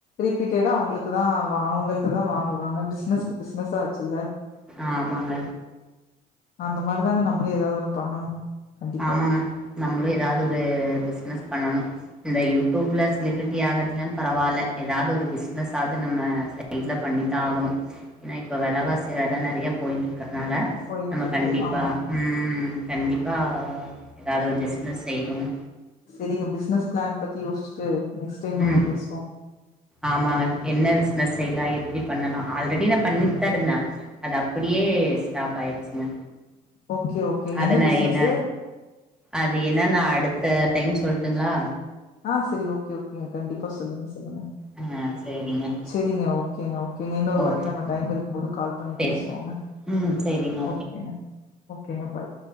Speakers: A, on the left (about 60°); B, in the centre.
A: ரிப்பீட்டடா அவங்களுக்குதா அவங்கல்டதா வாங்குவாங்க பிசினஸ்க்கு பிசினஸ்சும் ஆச்சுல்ல
B: ஆமாங்க
A: அந்த மாரிதாங்க நம்மளு ஏதாவது ஒண்ணு பண்ணணு கண்டிப்பா
B: ஆமாங்க, நம்மளும் ஏதாவது ஒரு பிசினஸ் பண்ணணும். இந்த யூட்டூப்ல சிலது டி ஆகட்னாம் பரவால்ல ஏதாவது ஒரு பிஸ் ப்னஸ்ஸாது நம்ம சைட்ல பண்ணி தான் ஆகணும், ஏன்னா இப்போ வெலவாசி வேற நறையா போயிட்டுரு க்கற்துனால
A: போயிட்ருக்கு
B: நம்ம கண்டிப்பா
A: ஆமா
B: ம் கண்டிப்பா எதாவது ஒரு பிஸ்னஸ் செய்யணுன்னு
A: சரிங்க பிஸ்னஸ் பிளான் பத்தி யோசிச்சுட்டு நெக்ஸ்ட் டைம்
B: உம்,
A: நம்ம பேசுவோ
B: ஆமாங்க என்ன பிசினஸ் தை லா எப்புடி பண்ணலா ஆல்ரெடி நான் பண்ணிட்தா இருந்தே, அது அப்புடியே ஸ்டாப் ஆயி ச்சுங்க,
A: ஓகே ஓகேங்க
B: அது நா
A: பிசினஸு
B: என்ன, அது என்னனா அடுத் த டைம் சொல்ட்டுங்ளா
A: ஆ சரி ஓகே ஓக் நீங்க கண்டிப்பா சொல்லுங்க சொல்லுங்க,
B: ஆ சேரிங்க
A: சரிங்க ஓகேங்க ஓகேங்க இன்னொரு
B: ஓகே
A: வாட்டி நம்ம டைம் இருக்கும்போது கால் பண்ணி
B: பேசலாம்
A: பேசுவோங்க,
B: ம் சரிங்க
A: ஓகேங்க. ஓகேங்க பாய்.